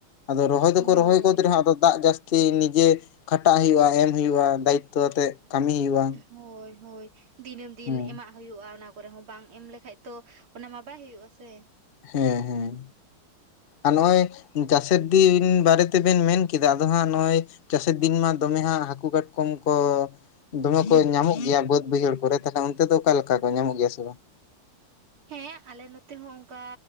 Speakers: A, on the left; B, on the right.
A: ᱟᱫᱚ ᱨᱚᱦᱚᱭ
B: ᱦᱳᱭ
A: ᱫᱚᱠᱚ ᱨᱚᱦᱚᱭ ᱜᱚᱫ ᱨᱮᱦᱚᱸ ᱟᱫᱚ ᱫᱟᱜ ᱡᱟᱹᱥᱛᱤ ᱠᱤ ᱱᱤᱡᱮ ᱠᱷᱟᱴᱟᱜ ᱦᱩᱭᱩᱜᱼᱟ, ᱮᱢ ᱦᱩᱭᱩᱜᱼᱟ, ᱫᱟᱭᱤᱛᱚ ᱟᱛᱮᱜ ᱠᱟᱹᱢᱤ ᱦᱩᱭᱩᱜᱼᱟ᱾
B: ᱦᱳᱭ ᱦᱳᱭ ᱫᱤᱱᱟᱹᱢ ᱫᱤᱱ
A: ᱦᱮᱸ
B: ᱮᱢᱟᱜ ᱦᱩᱭᱩᱜᱼᱟ, ᱚᱱᱟ ᱠᱚᱨᱮ ᱦᱚᱸ ᱵᱟᱝ ᱮᱢ ᱞᱮᱠᱷᱟᱡ ᱛᱚ ᱚᱱᱟᱢᱟ ᱵᱟᱭ ᱦᱩᱭᱩᱜᱼᱟ ᱥᱮ᱾
A: ᱦᱮᱸ ᱦᱮᱸ᱾ ᱟᱨ ᱱᱚᱜ ᱪᱟᱥᱮᱨ ᱫᱤᱱ ᱵᱟᱨᱮ ᱛᱮᱵᱮᱱ ᱢᱮᱱ ᱠᱮᱫᱟ᱾ ᱟᱫᱚ ᱦᱟᱸᱜ ᱱᱚᱜᱚᱭ ᱪᱟᱹᱥᱮᱫ ᱫᱤᱱ ᱢᱟ ᱫᱚᱢᱮ ᱦᱟᱸᱜ ᱦᱟᱹᱠᱩ ᱠᱟᱴᱠᱚᱢ ᱠᱚ ᱫᱚᱢᱮ ᱠᱚ ᱧᱟᱢᱚᱜ ᱜᱮᱭᱟ᱾ ᱵᱟᱹᱫᱽ -ᱵᱟᱹᱭᱦᱟᱹᱲ ᱠᱚᱨᱮ, ᱛᱟᱦᱚᱞᱮ ᱚᱱᱛᱮ ᱫᱚ ᱚᱠᱟ ᱞᱮᱠᱟ ᱠᱚ ᱧᱟᱢᱚᱜ ᱜᱮᱭᱟ ᱥᱮ ᱵᱟᱝ?
B: ᱦᱮᱸ ᱟᱞᱮ ᱱᱚᱛᱮ ᱚᱱᱠᱟ